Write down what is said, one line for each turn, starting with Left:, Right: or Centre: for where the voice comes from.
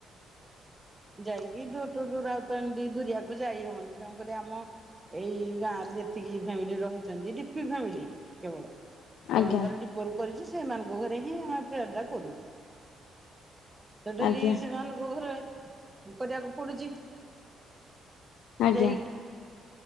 Right: ଯାଇ ହି ଡୋର୍ ଟୁ ଡୋର ଆ ତ ଏମିତି ଦୁରିଆକୁ ଯାଇ ହବନି ତେଣୁକରି ଆମ ଏଇ ଗାଁ ରେ ଯେତିକି ଫ୍ୟାମିଲି ରହିଛନ୍ତି ଡି ପି ଫ୍ୟାମିଲି କେବଳ
Left: ଆଜ୍ଞା
Right: ଯୋଉମାନଙ୍କରେ ଡିପୋ ର କରିଛି ସେମାନଙ୍କ ଘରେ ହିଁ ଆମେ ଏଡା କରୁ। ତ ଡେଲି
Left: ଆଜ୍ଞା
Right: ସେମାନ ପୋଖରୁ <unintelligible> କଦ <inaudible> ପଡୁଛି।
Left: ଆଜ୍ଞା
Right: ଯାଇକି